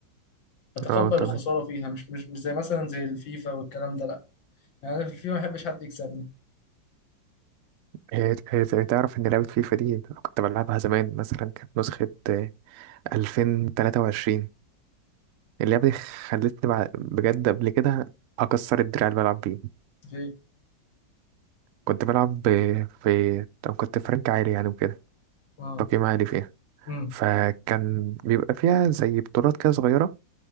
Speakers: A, on the left; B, on the right.
A: بتقبل
B: اه تمام
A: الخساره فيها مش مش مش زي مثلا زي الفيفا والكلام ده لا يعني انا في الفيفا ما بحبش حد يكسبني
B: هي هي هي تعرف إن لعبة فيفا دي كنت بلعبها زمان مثلا كانت نسخة ألفين تلاتة وعشرين اللعبة دي خلتني بع- بجد قبل كده أكسر الدراع اللي بلعب بيه
A: في
B: كنت بلعب ب- في طب كنت فرانك عالي يعني وكده
A: اه
B: تقييم عالي فيها
A: امم
B: فكان بيبقى فيها زي بطولات كده صغيرة